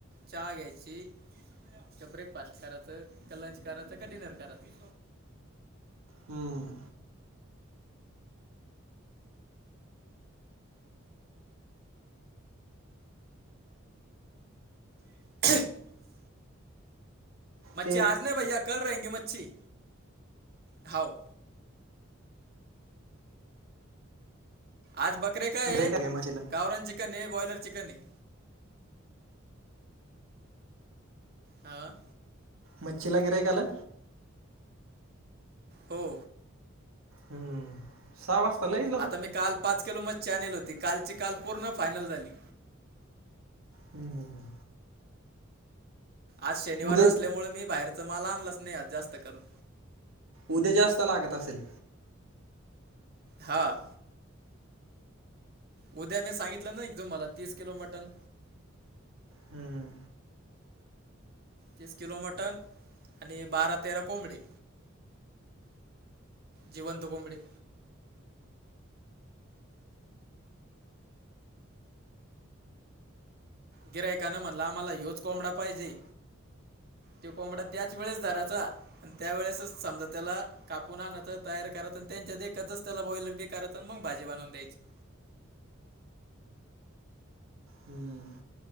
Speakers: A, on the right; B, on the right.
A: चाहा ग याची. का ब्रेकफास्ट करायचं का, लंच कराचं का डिनर कराचं.
B: हम्म.
A: <unintelligible> मच्छी
B: ते
A: आज नाही भैया, कल रहेगी मच्छी हाव. आज बकरे काय
B: गिरायक
A: आहे,
B: आलंय मच्छीला
A: गावरन चिकन ये बॉयलर चिकन ये. अं..
B: मच्छीला गिऱ्हाईक आलं.
A: हो.
B: हम्म. सहा वाजता लै.
A: आता मी काल पाच किलो मग, मच्छी आणली होती, कालची काल पूर्ण फायनल झाली.
B: हम् हम हम.
A: आज शनिवार
B: उद्या
A: असल्यामुळे, मी बाहेरचा माल आणलंच नाही आज जास्त करून.
B: उद्या जास्तं लागत असेल.
A: हं.. उद्या मी सांगितलं ना, एकदम मला तीस किलो मटन.
B: हम्म.
A: तीस किलो मटण आणि बारा तेरा कोंबडी. जिवंत कोंबडी. गिऱ्हाईकाने म्हणल आम्हाला ह्योच कोंबडा पाहिजे. तो कोंबडा त्याच वेळेस धराचा आणि त्यावेेळेसच समजा त्याला कापून आणाच तयार कराच आणि त्यांच्या देखतच त्याला बॉईल बी करायच मग भाजी बनवून द्यायची.
B: हम्म.